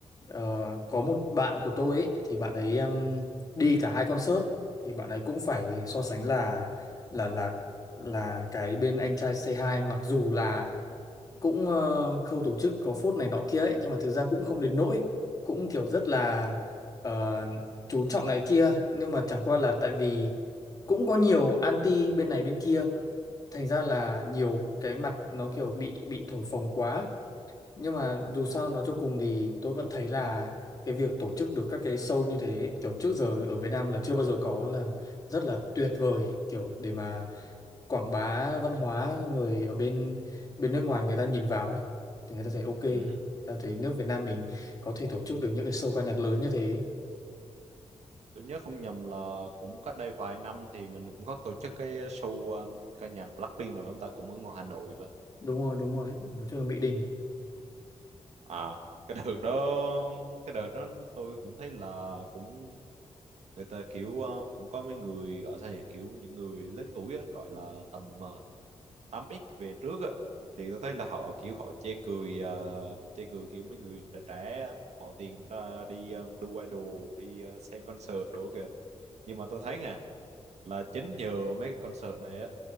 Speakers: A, on the left; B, on the right.
A: ờ, có một bạn của tôi ấy thì bạn ấy um, đi cả hai concert thì bạn ấy cũng phải so sánh là là là là cái bên anh trai Say Hi mặc dù là cũng ờ, khâu tổ chức có phốt này nọ kia ấy nhưng mà thực ra cũng không đến nỗi cũng kiểu rất là ờ, chú trọng này kia nhưng mà chẳng qua là tại vì cũng có nhiều anti bên này bên kia thành ra là nhiều cái mặt nó kiểu bị bị thổi phồng quá nhưng mà dù sao nói cho cùng thì tôi vẫn thấy là cái việc tổ chức được các cái show như thế kiểu trước giờ ở Việt Nam là chưa bao giờ có là rất là tuyệt vời kiểu để mà quảng bá văn hóa xong rồi ở bên bên nước ngoài người ta nhìn vào ấy thì người ta thấy ok người
B: Ừ.
A: ta thấy nước Việt Nam mình có thể tổ chức được những cái show ca nhạc lớn như thế
B: tôi nhớ không nhầm là cũng cách đây vài năm thì mình cũng có tổ chức cái show ờ, ca nhạc Blackpink rồi chúng ta cũng ở ngoài Hà Nội vậy
A: đúng rồi đúng rồi tổ chức ở Mỹ Đình
B: à cái đợt đó cái đợt đó tôi cũng thấy là cũng người ta kiểu ờ, cũng có mấy người gọi sao nhỉ kiểu những người lớn tuổi á, gọi là tầm ờ, 8X về trước á thì tôi thấy là họ kiểu họ chê cười ờ, chê cười kiểu mấy người trẻ trẻ bỏ tiền ra đi ờ, đu idol đi ờ, xem concert đồ kìa nhưng mà tôi thấy nè là chính nhờ mấy cái concert này á